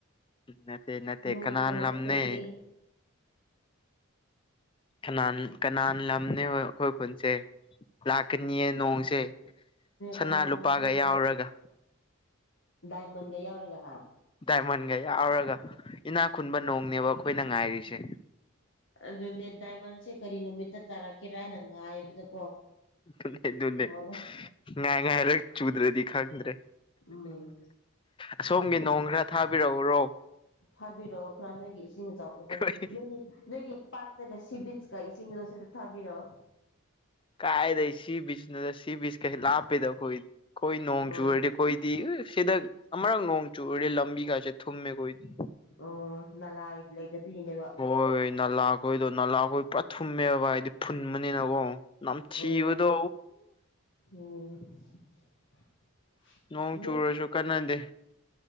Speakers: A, on the left; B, on the left.
A: ꯅꯠꯇꯦ ꯅꯠꯇꯦ
B: ꯅꯣꯡ
A: ꯀꯅꯥꯟ
B: ꯌꯨꯔꯛꯇꯕꯒꯤ
A: ꯂꯝꯅꯦ ꯀꯅꯥ ꯀꯅ ꯂꯝꯅꯦꯕ ꯑꯩꯈꯣꯏ ꯈꯨꯟꯁꯦ ꯂꯥꯛꯀꯅꯤꯌꯦ ꯅꯣꯡꯁꯦ ꯁꯅꯥ
B: ꯀꯅꯥ
A: ꯂꯨꯄꯥꯒ
B: ꯂꯝꯖꯦꯟꯅꯣ
A: ꯌꯥꯎꯔꯒ
B: ꯗꯥꯏꯃꯟꯒ ꯌꯥꯎꯔꯒ ꯍꯥ
A: ꯗꯥꯏꯃꯟꯒ ꯌꯥꯎꯔꯒ ꯏꯅꯥꯛ ꯈꯨꯟꯕ ꯅꯣꯡꯅꯦꯕ ꯑꯩꯈꯣꯏꯅ ꯉꯥꯏꯔꯤꯁꯦ
B: ꯑꯗꯨꯅꯦ ꯗꯥꯏꯃꯟꯁꯦ ꯀꯔꯤ ꯅꯨꯃꯤꯠꯇ ꯇꯥꯔꯛꯀꯦꯔꯅ ꯉꯥꯏꯕꯗꯀꯣ
A: ꯑꯗꯨꯅꯦ ꯑꯗꯨꯅꯦ
B: ꯂꯣꯏꯔꯦ
A: ꯉꯥꯏ ꯉꯥꯏꯔ ꯆꯨꯗ꯭ꯔꯗꯤ ꯈꯪꯗ꯭ꯔꯦ
B: ꯎꯝ
A: ꯑꯁꯣꯝꯒꯤ ꯅꯣꯡ ꯈꯔ ꯊꯥꯕꯤꯔꯛꯎꯔꯣ
B: ꯊꯥꯕꯤꯔꯛꯎ ꯈꯔ ꯅꯣꯏꯒꯤ ꯏꯁꯤꯡ ꯑꯆꯥꯎꯕꯗꯣ
A: ꯑꯩꯈꯣꯏ
B: ꯅꯣꯏꯒꯤ ꯅꯣꯏꯒꯤ ꯄꯥꯠ <unintelligible> ꯁꯤꯕꯤꯠꯁꯀ ꯏꯁꯤꯡꯗꯣ ꯁꯤꯗ ꯊꯥꯕꯤꯔꯛꯑꯣ
A: ꯀꯥꯏꯗꯩ ꯁꯤ ꯕꯤꯆꯁ ꯅꯣꯗ ꯁꯤ ꯕꯤꯆꯁ ꯀꯁꯦ ꯂꯥꯞꯄꯦꯗ ꯑꯩꯈꯣꯏꯗꯤ ꯑꯩꯈꯣꯏ ꯅꯣꯡ
B: ꯑꯣ
A: ꯆꯨꯔꯗꯤ ꯑꯩꯈꯣꯏꯗꯤ ꯁꯤꯗ ꯑꯃꯔꯛ ꯅꯣꯡ ꯆꯨꯔꯗꯤ ꯂꯝꯕꯤꯒꯥꯁꯦ ꯊꯨꯝꯃꯦ ꯈꯣꯏꯗꯤ
B: ꯑꯣ ꯅꯥꯂꯥ ꯂꯩꯇꯕꯒꯤꯅꯦꯕ
A: ꯍꯣꯏ ꯅꯥꯂꯥꯈꯣꯏꯗꯣ ꯅꯥꯂꯥꯈꯣꯏ ꯄꯨꯔꯥ ꯊꯨꯝꯃꯦꯕ ꯍꯥꯏꯗꯤ ꯐꯨꯟꯕꯅꯤꯅꯀꯣ ꯅꯝꯊꯤꯕꯗꯣ
B: ꯑꯣ <unintelligible>
A: ꯅꯣꯡ ꯆꯨꯔꯁꯨ ꯀꯥꯟꯅꯗꯦ